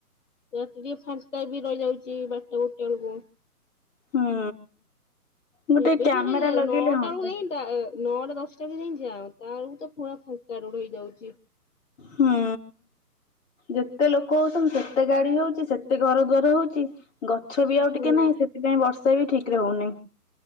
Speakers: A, on the left (about 50°); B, on the left (about 15°).
A: ରାତିରେ ଫା ଫା ବି ରହିଯାଉଛି ବାରଟା ଗୋଟେ ବେଳକୁ।
B: ହୁଁ। ଗୋଟେ
A: ଏବେ
B: କ୍ୟାମେରା
A: ନୋଟ
B: ଲଗେଇଲେ ହନ୍ତା
A: ନଟ। ଦଶଟା ବ ଯଁ ଯାଅ ତ ବଳକୁ ତ ପୁରା ଫାଙ୍କା ରୋଡ ହେଇଯାଉଛି।
B: ହଁ। ଯେତେ ଲୋକ ହଉଛନ୍ତି ସେତେ ଗାଡି ହଉଛି ସେତେ ଘର ଦ୍ୱାର ହଉଛି। ଗଛ ବି ଆଉ
A: ହୁଁ
B: ଟିକେ ନାହିଁ ସେଥିପାଇଁ ବର୍ଷା ବି ଠିକ ରେ ହଉନହିଁ।